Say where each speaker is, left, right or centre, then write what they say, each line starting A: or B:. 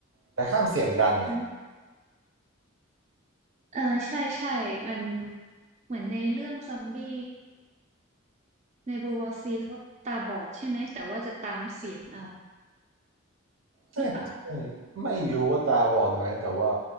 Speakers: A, on the right; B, on the right.
A: แต่ห้ามเสียงดัง
B: นะเออใช่ใช่มันเหมือนในเรื่องซอมบี้ใน World War C เขาตาบอดใช่ไหมแต่ว่าจะตามเสียงเอา
A: เอ้ยไม่ไม่รู้ว่าตาบอดไหมแต่ว่า
B: หรือเปล่า